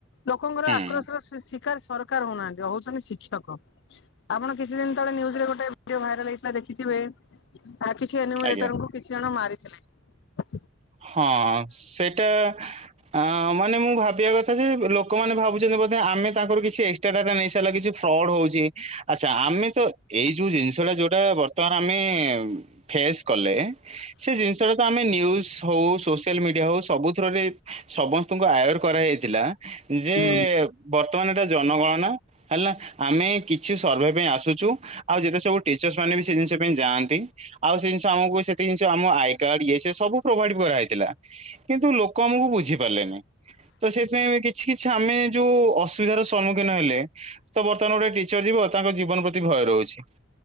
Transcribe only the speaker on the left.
ଲୋକଙ୍କର
ଆକ୍ରୋଶର ଶି ସରକାର ହଉନାହାନ୍ତି ହଉଛନ୍ତି ଶିକ୍ଷକ ଆପଣ କିଛି ଦିନ ତଳେ ନିୟୁଜରେ ଗୋଟେ ଭିଡିଓ ଭାଇରାଲ ହେଇଥିଲା ଦେଖିଥିବେ। ଆ କିଛି
ଥିଲେ।
ହୁଁ